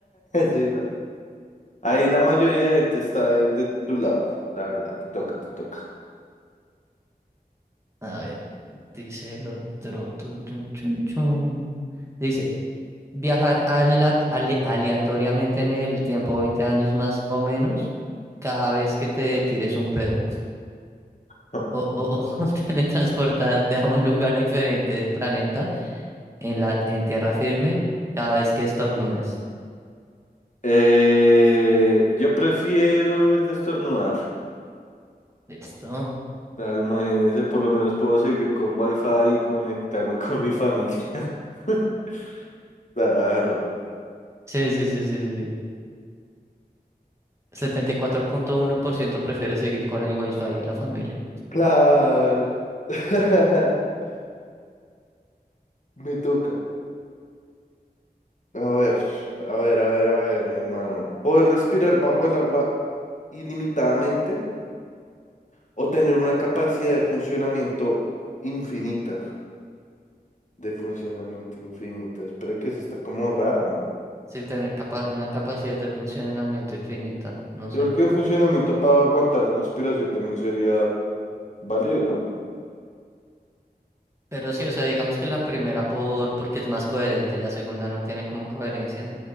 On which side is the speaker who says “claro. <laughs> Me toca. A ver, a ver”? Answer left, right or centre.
Left